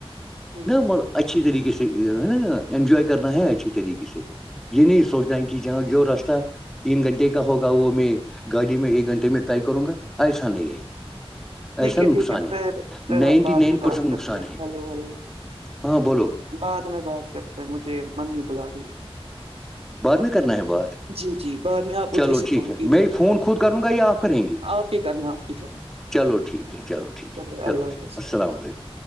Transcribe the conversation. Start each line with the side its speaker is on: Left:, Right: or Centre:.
Right: ہوں
Centre: ن م اچھی طریقے سے ہے نا انجوائے کرنا ہے اچھی طریقے سے یہ نہیں سوچتا کہ جاں جو رستہ تین گھنٹے کا ہوگا وہ میں گاڑی میں ایک گھنٹے میں طے کروں گا ایسا
Right: بالکل
Centre: نہیں ہے
Right: ٹھیک
Centre: ایسا نقصان
Right: ٹھیک پھر
Centre: ہے
Right: پھر
Centre: نائنٹی
Right: ہم بعد
Centre: نائن
Right: میں بات
Centre: پرسینٹ
Right: کرتے
Centre: نقصان
Right: ہیں
Centre: ہے
Right: ہیلو ہیلو
Centre: ہاں بولو
Right: بعد میں بات کرتے ہیں مجھے ممی بلا رہی
Centre: بعد میں کرنا ہے بات
Right: جی جی بعد میں آپ ادھر
Centre: چلو
Right: سے
Centre: ٹھیک
Right: کال
Centre: ہے
Right: کیجیے
Centre: میں
Right: گا
Centre: فون خود کروں گا یا آف کریں گے
Right: آپ ہی کرنا آپ ہی کرنا
Centre: چلو ٹھیک ہے چلو ٹھیک
Right: چلے
Centre: ہے
Right: اللہ
Centre: چلو
Right: حافظ
Centre: ٹھیک السلام علیکم